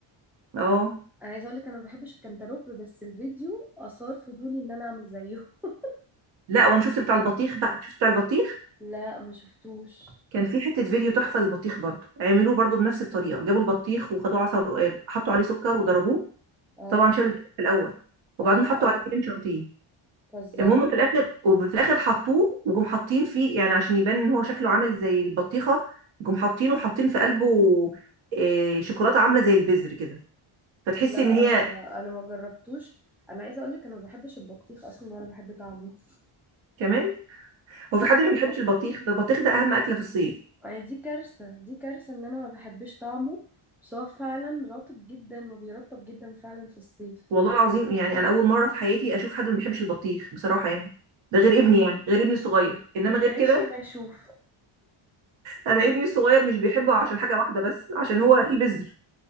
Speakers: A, on the right; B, in the centre.
A: اه
B: انا عايزة اقولك انا ما بحبش الكنتالوب بس الفيديو اثار فضولي ان انا اعمل زيه <laughs>
A: لا وانا شفت بتاع البطيخ بقى شفت بتاع البطيخ
B: لا ما شفتوش
A: كان في حته فيديو تحفه للبطيخ برضو عملوه برضو بنفس الطريقه جابوا البطيخ وخدوه عصا ورقاد حطوا عليه سكر وضربوه
B: اه
A: طبعا شالوا البطيخ في الاول وبعدين
B: اه
A: حطوا
B: اه
A: عليه كريم شانتيه
B: بتهزري
A: المهم في الاخر وفي الاخر حطوه وجم حاطين فيه يعني عشان يبان ان هو شكله عامل زي البطيخه جم حاطينه حاطين في قلبه آه، شوكولاته عامله زي البذر كده فتحسي
B: لا
A: ان هي
B: آه انا ما جربتوش انا عايزه اقول لك انا ما بحبش البطيخ اصلا ولا بحب طعمه
A: كمان هو في
B: اه
A: حد ما بيحبش البطيخ ده البطيخ ده اهم اكله في الصيف
B: آه، دي كارثة دي كارثة ان انا ما بحبش طعمه بس هو فعلا رطب جدا وبيرطب جدا فعلا في الصيف
A: والله العظيم يعني انا اول مره في حياتي اشوف حد ما بيحبش البطيخ بصراحه يعني ده غير ابني يعني غير ابني الصغير انما
B: اللي
A: غير
B: يعيش
A: كده
B: ما يشوف
A: انا ابني الصغير مش بيحبه عشان حاجه واحده بس عشان هو فيه بذر